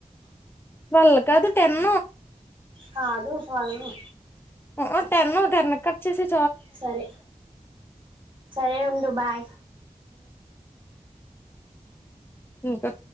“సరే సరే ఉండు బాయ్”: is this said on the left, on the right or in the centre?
Right